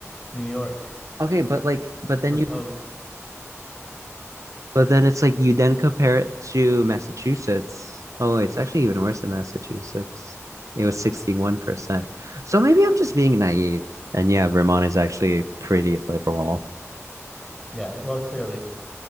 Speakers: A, in the centre; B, on the right.
A: New York,
B: Okay, but like, but then
A: Republic.
B: you But then it's like you then compare it to Massachusetts. Oh, it's actually even worse than Massachusetts. It was 61%. So maybe I'm just being naive. And yeah, Vermont is actually pretty liberal.
A: Yeah, well, clearly.